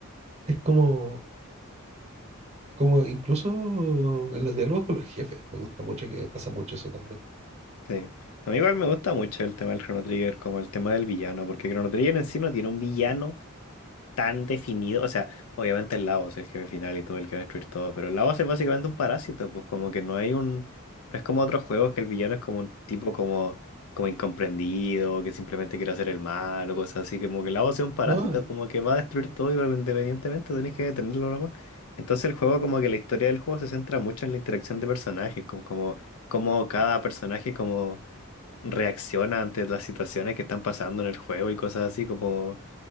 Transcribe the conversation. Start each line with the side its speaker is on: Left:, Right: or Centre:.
Right: Es como, como incluso en los diálogos con los jefes, me gusta mucho que pasa mucho eso también.
Left: Sí. A mí igual me gusta mucho el tema del Chrono Trigger, como el tema del villano, porque Chrono Trigger en sí no tiene un villano tan definido. O sea, obviamente el Lavos es el jefe final y todo el que va a destruir todo, pero el Lavos es básicamente un parásito, pues como que no hay un... No es como otros juegos que el villano es como un tipo como, como incomprendido, que simplemente quiere hacer el mal o cosas así, como que el Lavos es un parásito,
Right: No,
Left: como que va a destruir todo y pero independientemente tenés que detenerlo nomás. Entonces el juego, como que la historia del juego se centra mucho en la interacción de personajes, como, como, como cada personaje como reacciona ante las situaciones que están pasando en el juego y cosas así, como